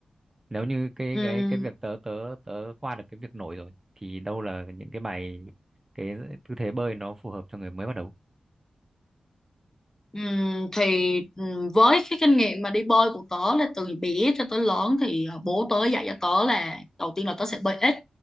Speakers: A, on the right; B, on the left.
A: nếu như cái
B: Ừm,
A: cái cái việc tớ tớ tớ qua được cái việc nổi rồi thì đâu là những cái bài cái tư thế bơi nó phù hợp cho người mới bắt đầu
B: ừm, thì ừm, với cái kinh nghiệm mà đi bơi của tớ là từ bé cho tới lớn thì ờ, bố tớ dạy cho tớ là đầu tiên là tớ sẽ bơi ếch